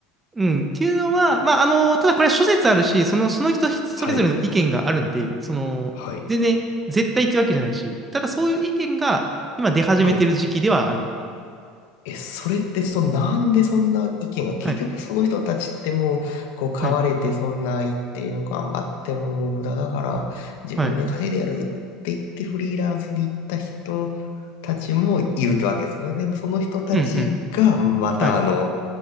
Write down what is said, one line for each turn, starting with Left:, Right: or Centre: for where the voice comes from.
Right: うん、っていうのは、まあ、あの、ただこれは諸説あるし、その、その人それぞれの意見があるんで、
Left: はい。
Right: その、
Left: はい。
Right: 全然絶対ってわけじゃないし、ただそういう意見が今出始めてる時期ではある。
Left: はい。え、それってそのなんでそんな意見が、結局その人たちってもう、
Right: はい、
Left: こう、買われてそんな一定の頑張ってももう無駄だから、
Right: はい、
Left: 自分で稼いでやるって言ってフリーランスに行った人たちもいるってわけですよね。
Right: はい。
Left: でもその人たちがまたあの、
Right: うん、うん、はい。